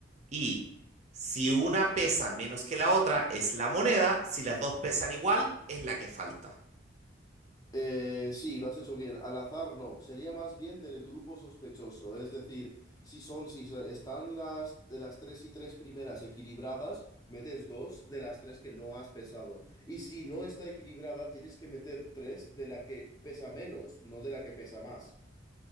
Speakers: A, on the right; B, on the left.
A: Y si una pesa menos que la otra, es la moneda, si las dos pesan igual, es la que falta.
B: Eh, sí, lo has hecho bien. Al azar no, sería más bien del grupo sospechoso. Es decir, si son, si se- están las, de las tres y tres primeras equilibradas, metes dos de las tres que no has pesado. Y si no está equilibrada, tienes que meter tres de la que pesa menos, no de la que pesa más.